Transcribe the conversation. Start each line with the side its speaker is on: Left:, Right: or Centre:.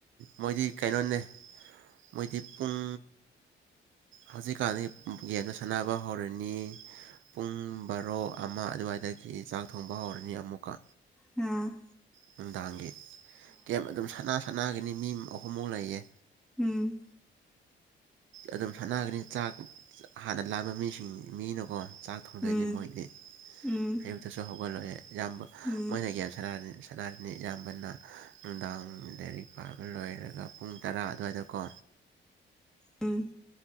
Right: ꯃꯣꯏꯗꯤ ꯀꯩꯅꯣꯅꯦ ꯃꯣꯏꯗꯤ ꯄꯨꯡ ꯍꯧꯖꯤꯛꯀꯥꯟꯗꯤ ꯒꯦꯝꯗ ꯁꯥꯟꯅꯕ ꯍꯧꯔꯅꯤ ꯄꯨꯡ ꯕꯥꯔꯣ ꯑꯃ ꯑꯗꯨꯋꯥꯏꯗꯒꯤ ꯆꯥꯛ ꯊꯣꯡꯕ ꯍꯧꯔꯅꯤ ꯑꯃꯨꯛꯀ
Centre: ꯎꯝ
Right: ꯅꯨꯡꯗꯥꯡꯒꯤ ꯀꯦꯝ ꯑꯗꯨꯝ ꯁꯅꯥ ꯁꯥꯟꯅꯒꯅꯤ ꯃꯤ ꯑꯍꯨꯝꯃꯨꯛ ꯂꯩꯌꯦ
Centre: ꯎꯝ
Right: ꯑꯗꯨꯝ ꯁꯥꯟꯅꯒꯅꯤ ꯆꯥꯛ ꯍꯥꯟꯅ ꯂꯝꯕ ꯃꯤꯁꯤꯡ ꯃꯤꯅꯀꯣ ꯆꯥꯛ ꯊꯣꯡꯗꯣꯏꯅꯤ
Centre: ꯎꯝ
Right: ꯃꯣꯏꯗꯤ
Centre: ꯎꯝ
Right: ꯑꯌꯨꯛꯇꯁꯨ ꯍꯧꯒꯠꯂꯣꯏꯌꯦ ꯏꯌꯥꯝꯕ
Centre: ꯎꯝ
Right: ꯃꯣꯏꯅ ꯒꯦꯝ ꯁꯥꯟꯅꯔꯅꯤ ꯁꯅꯥꯔꯅꯤ ꯏꯌꯥꯝꯕꯅ ꯅꯨꯡꯗꯥꯡ ꯂꯥꯏꯔꯤꯛ ꯄꯥꯕ ꯂꯣꯏꯔꯒ ꯄꯨꯡ ꯇꯔꯥ ꯑꯗꯨꯋꯥꯏꯗꯀꯣ
Centre: ꯎꯝ